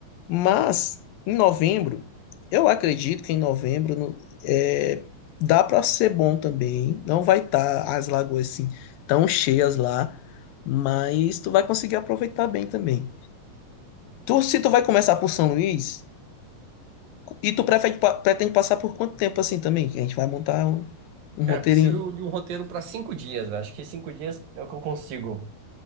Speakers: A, on the left (about 80°); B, on the right (about 75°).
A: Mas em novembro, eu acredito que em novembro no- é, dá para ser bom também. Não vai estar as lagoas assim tão cheias lá, mas tu vai conseguir aproveitar bem também. Tu, se tu vai começar por São Luís, e tu prefere, pa- pretende passar por quanto tempo assim também? Que a gente vai montar um, um roteirinho,
B: Cara, preciso de um roteiro pra cinco dias, velho. Acho que cinco dias é o que eu consigo